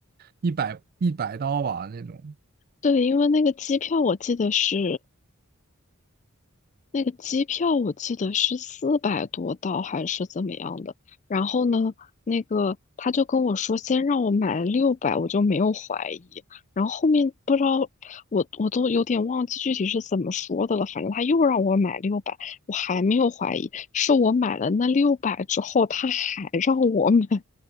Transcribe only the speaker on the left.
对，因为那个机票我记得是那个机票我记得是四百多刀还是怎么样的。然后呢，那个他就跟我说先让我买六百，我就没有怀疑。然后后面不知道我我都有点忘记具体是怎么说的了，反正他又让我买六百，我还没有怀疑。是我买了那六百之后，他还让我买，<laughs>